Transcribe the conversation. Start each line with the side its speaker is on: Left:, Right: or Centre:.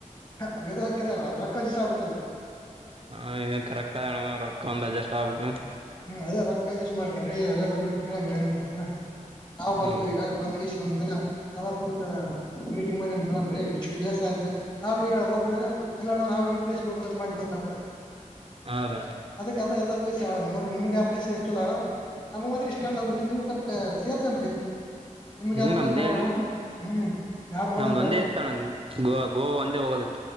Left: ಅವದ ಹಾಕ್ಯರ ರೊಕ್ಕ ಅಡ್ಜೆಷ್ಟಾಗ್ಬೇಕಲ್ಲಾ.
Right: ಹಾ ಇದು ಕರೆಕ್ಟ್ ಆಗಣ ರೊಕ್ಕ ಒಂದ್ ಅಡ್ಜಸ್ಟ್ ಆಗ್ಬೇಕು.
Left: ಹ್ಮ ಅದೇ ರೊಕ್ಕ ಅಡ್ಜೆಷ್ಟ್ ಮಾಡ್ಕರಿ ಎಲ್ಲಾ ಹುಡ್ರು ಕೇಳನ್ ಬುಡಿ ಏನಂತಾರಪ್ಪ. ನಾವ್ ಬರ್ತೀವಿ
Right: ಹ್ಮ್
Left: ಈಗ ಬಂದಗೇಶಿ ಒಂದ ದಿನ ಅದಾರ್ ಕುಂತ ಮೀಟಿಂಗ್ ಮಾಡಿ ಮಾಡಮ್ರಿ ಇಷ್ಟಿಷ್ಟ್ ಪ್ಲೇಸ್ ಅಂದ್ರೆ ನಾವ್ ಈಗ ಒಬ್ಬೊಬ್ರೇ ಇಲ್ಲ ನಾವು ಈ ಪ್ಲೇಸು <unintelligible> ಮಾಡ್ದು ಅಂತಂತಾರೆ
Right: ಹೌದಣ
Left: ಅದ್ಕೆ ಅಲ್ಲೇ ಎಲ್ಲಾ ಪ್ಲೇಸ್ ನೋಡ್ ನಿಮ್ಗೆ ಅಪ್ಲೈ ಸೇರ್ತಲ್ಲಾ ನಮಗ್ ಮಾತ್ರ ಇಷ್ಟ ಕೊಂಡೋಗ ನೀವ್ ಸ್ವಲ್ಪ ಸೇರ್ಸಮ್ರಿ. ನಿಮ್ಗೆ
Right: ಹ್ಮ್
Left: ಯಾವ ಚಲೊಂತ
Right: ನಮ್ದೇನ
Left: ಹ್ಮ್ <unintelligible>
Right: ನಮ್ದ ಒಂದೇ ಇತ್ತಣ ಗೋ ಗೋ ಒಂದೇ ಹೋಗೋದಿತ್ತು